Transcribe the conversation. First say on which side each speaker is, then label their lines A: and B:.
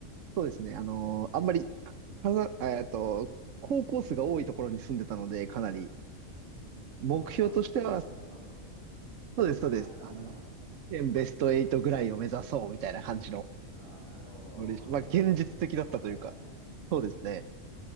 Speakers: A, on the right; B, on the right.
A: そうですね、あのーあんまり、かな、えっと、高校数が多いところに住んでたので、かなり、目標としては、
B: 神奈川県とか大阪とかってことか。
A: そうです、
B: <laughs>
A: そうです。あの、現ベスト8ぐらいを目指そうみたいな感じの
B: ああ、なるほど。
A: ノリでした。
B: まあ、そうなりますよね。
A: まあ、現実的だったというか、そうですね。